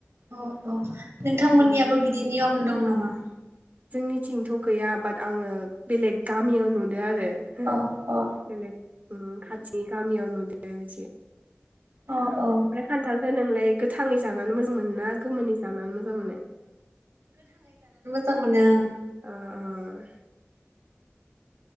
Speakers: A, on the right (about 85°); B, on the right (about 40°).
A: औ औ। नोंथांमोननियाबो
B: उम
A: बिदि नियम दं नामा।
B: जोंनिथिंथ' गैया बाट आङो बेलेग गामियाव नु <unintelligible>
A: अ अ
B: खाथिनि गामियाव नु <unintelligible> बिदि ओमफ्राय
A: अ औ
B: खान्थालखो नोंलाय गोथाङै जानानै मोजां मोनो ना गोमोनै जानानै मोजां मोनो?
A: थाव मोनो।
B: ओ-ओ।